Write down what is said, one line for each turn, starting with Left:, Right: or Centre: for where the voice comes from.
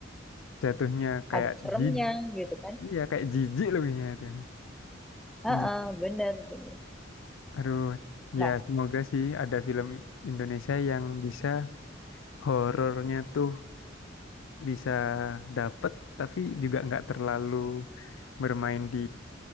Left: jatuhnya kayak
Centre: ada seremnya
Left: jijik
Centre: gitu kan
Left: iya kayak jijik lebihnya itu
Centre: Heeh,
Left: Menji-
Centre: bener bener
Left: aduh
Centre: nah
Left: ya semoga sih ada film Indonesia yang bisa horornya tuh bisa dapet tapi juga nggak terlalu bermain di